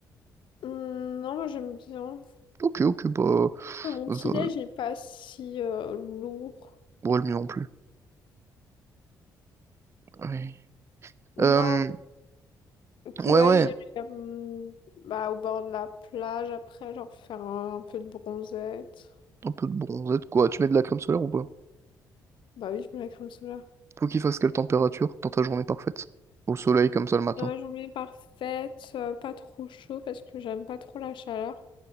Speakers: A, on the left; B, on the right.
A: Hum, non, moi j'aime bien.
B: Ok, ok, bah.
A: Mon
B: euh,
A: petit-déj n'est pas si euh, lourd.
B: ouais, le mieux non plus. Ouais. Euh,
A: Non,
B: ouais,
A: Ouais,
B: ouais.
A: j'irai euh, bah, au bord de la plage après, genre faire un, un peu de bronzette.
B: Un peu de bronzette, quoi. Tu mets de la crème solaire ou pas?
A: Bah oui, je mets la crème solaire.
B: Faut qu'il fasse quelle température dans ta journée parfaite? Au soleil comme ça le matin.
A: Dans la journée parfaite, euh, pas trop chaud parce que j'aime pas trop la chaleur.